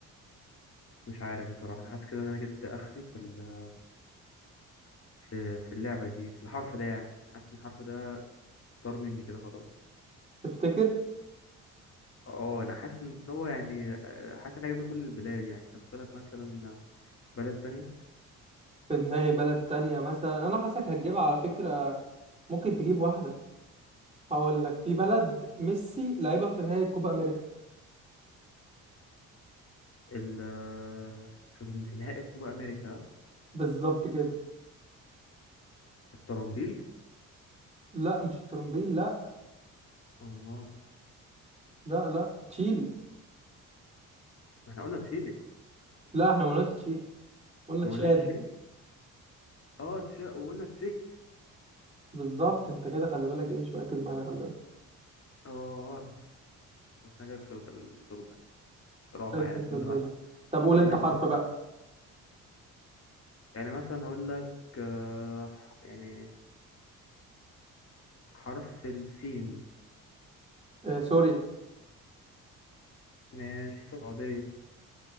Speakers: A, on the left; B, on the right.
A: مش عارف بصراحة أنا حاسس كده إن أنا جبت آخري في ال- في في اللعبة دي في الحرف ده يعني حاسس إن الحرف ده طار مني كده خلاص
B: تفتكر
A: اه أنا حاسس إن هو يعني آه، حاسس إن إحنا جبنا كل البلاد يعني أنت بتقولك مثلا بلد تانية
B: في دماغي بلد تانية مثلا أنا حاسك هتجيبها على فكرة ممكن تجيب واحدة هقول لك في بلد ميسي لعبها في نهائي كوبا أمريكا
A: ال آه، شوف إن في نهائي كوبا أمريكا
B: بالظبط كده
A: الطرنبيل
B: لا مش الترومبيل لا
A: أمال
B: لا لا تشيلي
A: ما إحنا قلنا تشيلي
B: لا احنا ما قلناش قلنا
A: ما
B: تشاد
A: قلناش تشيلي اه تشا وقلنا تشيك
B: بالظبط انت كده خلي بالك ايه مش مركز معانا خلي بالك
A: اه بس انا كده خسرت الدور ده بصراحة
B: خلصت
A: يعني
B: انت
A: عشان
B: الدور
A: واحد
B: ده طب قول انت
A: واحد
B: حرف
A: يكون
B: بقى
A: يعني مثلا اقول لك آه، يعني حرف السين
B: آه سوريا
A: ماشي السعودية